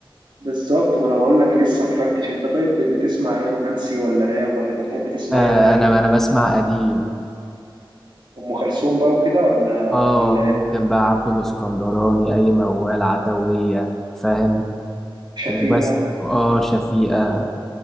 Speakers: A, on the right; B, in the centre.
A: بالظبط ما انا بقول لك لسه مفركش انت طيب بتسمع ايه رومانسي ولا راب ولا انت بتحب تسمع
B: آه
A: ايه طيب
B: انا انا بسمع قديم
A: ام كلثوم بقى وكده ولا
B: اه
A: ولا
B: ممكن بقى عبد الاسكندراني اي موال عدوية فاهم
A: شفيقة
B: وبس اه شفيقة